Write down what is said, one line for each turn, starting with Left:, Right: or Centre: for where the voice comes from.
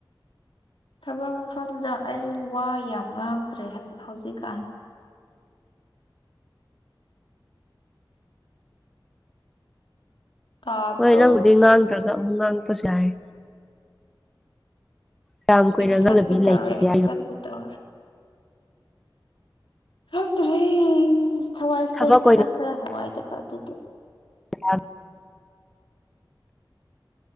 Left: ꯊꯕꯛ ꯃꯐꯝꯗ ꯑꯩ ꯋꯥ ꯌꯥꯝ ꯉꯥꯡꯗ꯭ꯔꯦ ꯍꯩ ꯍꯧꯖꯤꯛꯀꯥꯟ꯫ ꯇꯥꯕ꯭ꯔꯣ
Centre: ꯍꯣꯏ ꯅꯪꯕꯨꯗꯤ ꯉꯥꯡꯗ꯭ꯔꯒ ꯑꯃꯨꯛ ꯉꯥꯡꯉꯛꯄꯁꯨ ꯌꯥꯏ꯫ ꯀꯌꯥꯝ ꯀꯨꯏꯅ
Left: ꯑꯦꯛꯁꯟꯗ
Centre: ꯉꯥꯡꯅꯕꯤ
Left: ꯇꯧꯔꯦ
Centre: ꯂꯩꯈꯤꯒꯦ
Left: ꯑꯦꯛꯁꯟꯗ
Centre: ꯍꯥꯏꯅꯣ
Left: ꯇꯧꯔꯦ ꯈꯪꯗ꯭ꯔꯦ ꯊꯋꯥꯏꯁꯦ
Centre: ꯊꯕꯛ
Left: ꯈꯔ ꯈꯔ ꯅꯨꯡꯉꯥꯏꯗ ꯄ ꯑꯗꯨꯗꯤ
Centre: ꯌꯥꯝ